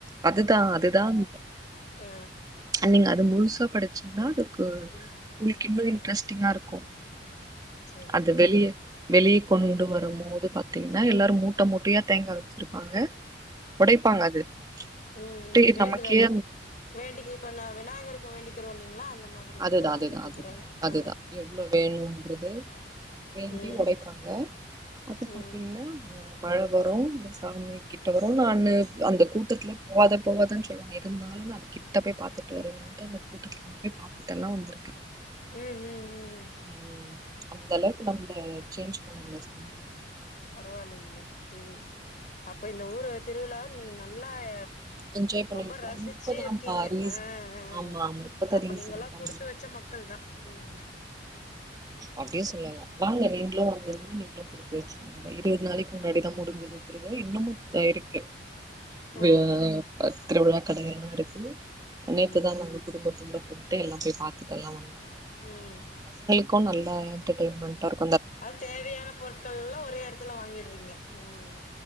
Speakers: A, on the right; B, on the left.
A: அதுதான் அதுதான்
B: அ
A: நீங்க அது முழுசா படு சின்னாது கு
B: ம்
A: உங்களுக் இன்னும் இன்ட்ரெஸ்டிங்கா இருக்கும்
B: சேரிங்க
A: அது
B: சேரிங்க
A: வெளிய வெளி கொண்டு வரும் போது பாத்தீங்கன்னா எல்லாரும் மூட்ட மூட்டையா தேங்கா வச்சுருப்பாங்க உடைப்பாங்க அது
B: உம்
A: அப்டியே
B: உம் வேண்டுதலு
A: நமக்கே
B: வேண்டிக்கு இப்ப நான் விநாயகருக்கு வேண்டிக்கிறோ ங்களா அந்த மாதிரி
A: அதுதான்
B: வந்து அவங்க
A: அதுதான்
B: வேண்டிக்கிறாங்க
A: அதுதான் அதுதான்
B: ஆ
A: எவ்ளோ வேண் டுறது வேண்டி
B: ம்
A: உடைப்பாங்க அப்ப
B: ம்
A: பாத்தீங்கன்னா மழ வரும் இந்த சாமி கிட்ட வரும் நானு அந்த கூட்டத்துல போகாத போவாதன்னு சொ அவுங்க இருந்தாலும் நா அது கிட்ட போய் பாத்துட்டு வருவேன்டு அந்த கூட்டத்துல நா போய் பாப் தலா உண்டு
B: உம் உம் உம்
A: ம் அந்த அளவுக்கு நம்மள சேஞ்ச் பண்ணுவாங்க <unintelligible>
B: பரவாயில்லைங்களே உம் அப்ப இந்த ஊர் திருவிழா நீங்க நல்லா க
A: என்ஜாய் பண்ணிருக்கோ
B: ரொம்ப ரசிச்சு
A: இப்பதான்ப்பா
B: இருக்கீங்க
A: ரீஸ்
B: அஹ்
A: ஆமா ஆமா இப்பதா
B: அப்ப
A: ரீசென்டா
B: நீங்கல்லாம் குடுத்து வச்ச மக்கள் தான் உம்
A: அப்டியும் சொல்லலாம் வாங்க நீங்களும் வந்தீங்கன்னா நீங்களும் குடுத்து வச்சவங்க தான் இருவது நாளைக்கு முன்னாடிதான் முடிஞ்சது திருவிழா இன்னமும் இருக்கு
B: ஓ ஓ
A: வ ஆஹ் திருவிழா கடையெல்லாம் இருக்கு அனைத்துதான்
B: ம்
A: நாங்க குடும்ப கும்ட போய்ட்டு எல்லாம் போய் பாத்துட்டு எல்லாம் வந்தோம்
B: உம்
A: கு நல்லா என்டர்டெயின்மெண்டா இருக்
B: அது தேவையான பொருட்கள் எல்லாம் ஒரே இடத்துல வாங்கிட்றீங்க ஆஹ்